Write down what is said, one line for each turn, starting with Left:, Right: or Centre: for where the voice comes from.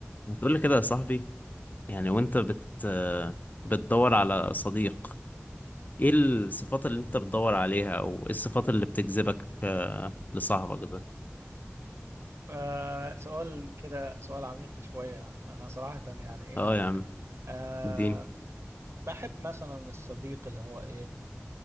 Left: ما تقول لي كده يا صاحبي يعني وانت بت بتدور على صديق ايه الصفات اللي انت بتدور عليها او ايه الصفات اللي بتجذبك آه، لصاحبك ده
Right: آه سؤال كده سؤال عميق شوية أنا صراحة يعني إيه
Left: اه يا عم
Right: آه
Left: اديني
Right: بحب مثلا الصديق اللي هو إيه